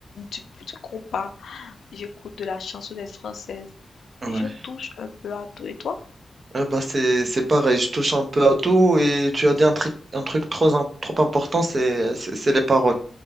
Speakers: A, on the left; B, on the right.
A: du, du compas, j'écoute de la chansonnette française.
B: Ouais.
A: Je touche un peu à tout et toi,
B: Euh, bah c'est c'est pareil, je touche un peu à tout et tu as dit un truc un truc trop im- trop important, c'est c'est c'est les paroles.